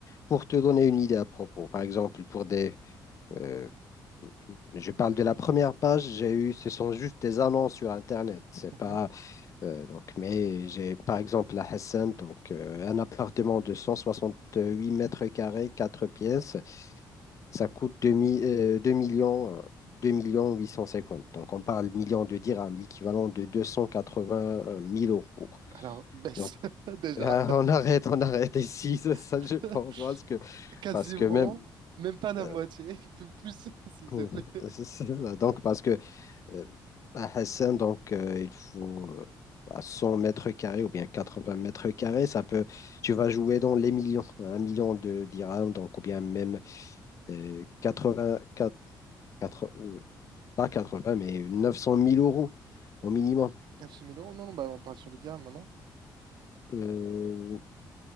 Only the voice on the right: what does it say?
Mhm.
Alors, baisse,
<laughs> déjà.
<laughs>
Quasiment,
même pas la
moitié, <laughs> un peu plus, <laughs> s'il
te plaît.
9 000 euros? Non, non, bah, on parle sur le dirham, non, non?